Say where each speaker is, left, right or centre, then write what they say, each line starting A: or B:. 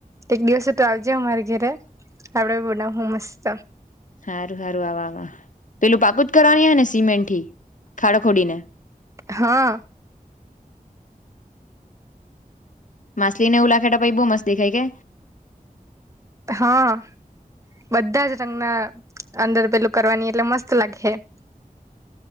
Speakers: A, on the right (about 20°); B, on the left (about 55°).
A: એક દિવસ તો આવજે મારા ઘરે આપડે બનાવહુ મસ્ત.
B: હારુ હારુ આવા આવા પેલું પાકું જ કરવાની હે ને સિમેન્ટ થી ખાડો ખોડીને.
A: હા.
B: માછલી ને એવું લાખે ત પહી બો મસ્ત દખાય કે.
A: હા. બધા જ રંગના અંદર પેલું કરવાની એટલે મસ્ત લાગે. <inaudible>